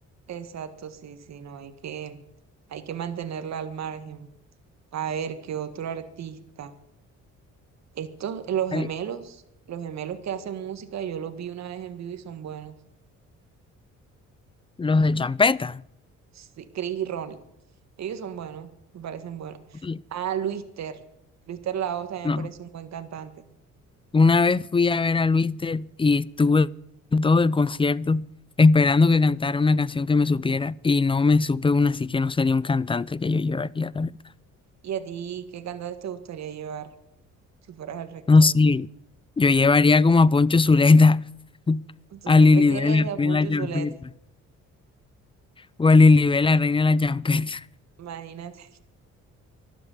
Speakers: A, on the right; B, on the left.
A: Exacto, sí, sí, no, hay que, hay que mantenerla al margen. A ver, qué otro artista. Estos, los
B: Vale,
A: gemelos, los gemelos que hacen música, yo los vi una vez en vivo y son buenos.
B: Los de champeta.
A: Sí, Chris y Ronnie. Ellos son buenos, me parecen buenos.
B: Oye,
A: Ah, Luis Ter. Luis Ter Laos también
B: No,
A: me parece un buen cantante.
B: una vez fui a ver a Luister y estuve todo el concierto esperando que cantara una canción que me supiera y no me supe una, así que no sería un cantante que yo llevaría, la verdad.
A: ¿Y a ti qué cantantes te gustaría llevar si fueras el rector?
B: No sé, yo llevaría como a Poncho Zuleta, <laughs>
A: Tú
B: a
A: siempre
B: Lilibet,
A: quieres
B: la
A: a Poncho
B: reina de la champeta,
A: Zulet.
B: o a Lilibet, la reina de la champeta.
A: Imagínate,